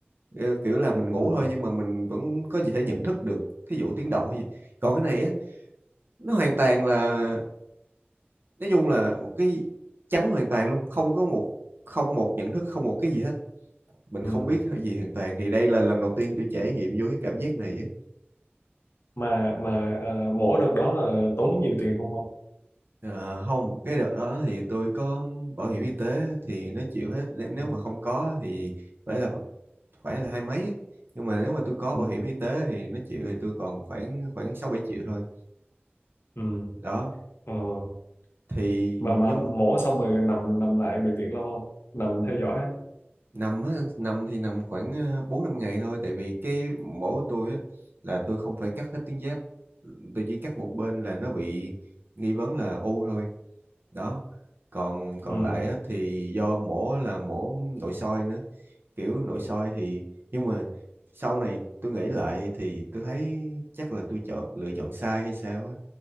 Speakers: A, on the right; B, on the left.
A: Ờ, kiểu là mình ngủ
B: Ừ.
A: thôi nhưng mà mình vẫn có thể nhận thức được thí dụ tiếng động hay gì còn cái này á nó hoàn toàn là nói chung là một cái trắng hoàn toàn luôn không có một không một nhận thức không một cái gì hết mình
B: ừ.
A: không biết cái gì hoàn toàn thì đây là lần đầu tiên tôi trải nghiệm vô cái cảm giác này á.
B: Mà mà ờ, mổ được đó là tốn nhiều tiền không không?
A: Ờ, không cái đợt đó thì tôi có bảo hiểm y tế thì nó chịu hết nếu nếu
B: Ừ.
A: mà không có thì phải là phải là hai mấy nhưng mà nếu mà tôi có
B: Ừ.
A: bảo hiểm y tế thì nó chịu thì tôi còn khoảng khoảng sáu bảy triệu thôi
B: Ừ.
A: đó
B: Ờ.
A: thì
B: mà
A: nhưng
B: mà mổ xong rồi nằm nằm lại bệnh viện lâu không nằm theo dõi á
A: nằm á, nằm thì nằm khoảng ờ, bốn năm ngày thôi tại vì cái mổ của tôi á là tôi không phải cắt hết tuyến giáp tôi chỉ cắt một bên là nó bị nghi vấn là u thôi đó còn còn
B: ừ.
A: lại á, thì do mổ là mổ nội soi nữa kiểu nội soi thì nhưng mà sau này tôi nghĩ lại thì tôi thấy chắc là tôi chọn lựa chọn sai hay sao á